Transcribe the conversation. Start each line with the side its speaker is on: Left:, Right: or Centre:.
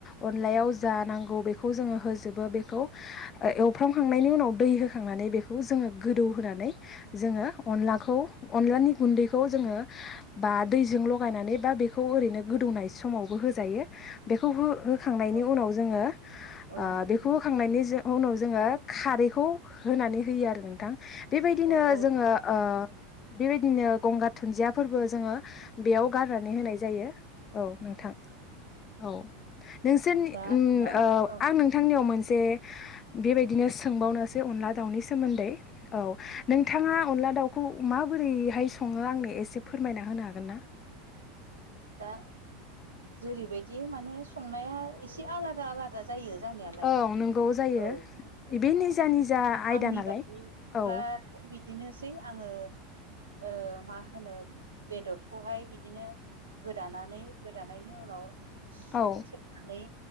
Left: अनलायाव
Right: नोंथां
Left: जानांगौ बेख खौ जोङो होजोबो बेखौ एवफ्रामखांनायनि उनाव दै होखांनानै बेखौ जोङो गोदौ होना नै जोङो अनलाखौ अनलानि गुन्दैखौ जोङो बा दैजों लगायनानै बा बेखौ ओैरैनो गोदौनाय समावबो होयो बे होखांनायनि
Right: औ
Left: उनाव जोङो
Right: औ
Left: ओ
Right: नोंथां
Left: बेखौ होखांनायनि जा उनाव जोङो खारैखौ होनानै होयो आरो नोंथां बेबायदिनो
Right: औ औ
Left: जोङो ओ बेबायदिनो गंगार धुनन्दिया फोरबो जोङो बेयाव गारनानै होनाय जायो औ नोंथां औ नोंसोरनि
Right: दा
Left: अम ओ
Right: औ
Left: आं नोंथांनियाव मोनसे से बेबायदिनो सोंबावनोसै अनला दाउनि सोमोन्दै औ नोंथाङा
Right: औ
Left: अनला दाउखौ माबोरैहाय सङो आंनो एसे फोरमायना होनो हागोन ना <inaudible>
Right: दा जेरैबायदि माने संनाया एसे आलादा-आलादा जायो जानायालाय
Left: औ नंगौ जायो
Right: औ जेनेबा
Left: बे निजा
Right: आं
Left: निजा आयदा
Right: आंनि
Left: नालाय
Right: बायदिब्ला
Left: औ
Right: बिदिनोसै आङो ओ मा होनो बेदर खौहाय बिदिनो गोदानानै गोदानायनि उनाव <unintelligible>
Left: औ
Right: नानै